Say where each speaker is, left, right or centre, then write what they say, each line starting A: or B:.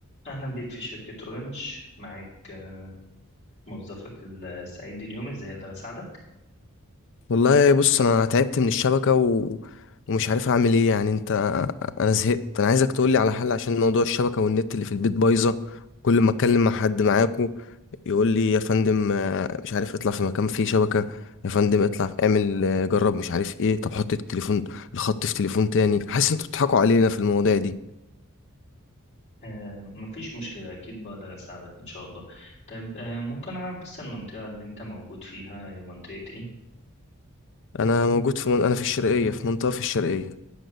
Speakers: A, on the left (about 30°); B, on the left (about 60°).
A: أهلا بيك في شركة أورنج معاك آه، موظفك السعيد اليوم إزاي أقدر أساعدك؟
B: والله بص انا تعبت من الشبكه و... ومش عارف اعمل ايه يعني انت انا زهقت انا عايزك تقولي على حل عشان موضوع الشبكه والنت اللي في البيت بايظه كل ما اتكلم مع حد معاكو يقول لي يا فندم آه، مش عارف اطلع في مكان فيه شبكه يا فندم اطلع اعمل آه، جرب مش عارف ايه طب حط التليفون الخط في تليفون تاني حاسس انتوا بتضحكوا علينا في المواضيع دي
A: آه، مفيش مشكلة أكيد بقدر أساعدك إن شاء الله طيب آه، ممكن أعرف بس المنطقة اللي أنت موجود فيها هي منطقة إيه؟
B: انا موجود في من... انا في الشرقيه في منطقه في الشرقيه